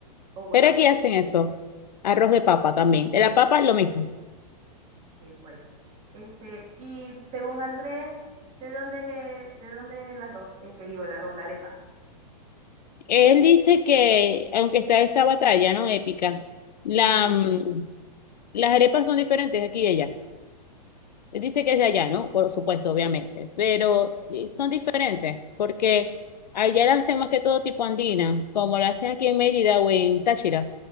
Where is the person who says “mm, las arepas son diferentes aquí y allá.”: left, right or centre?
Left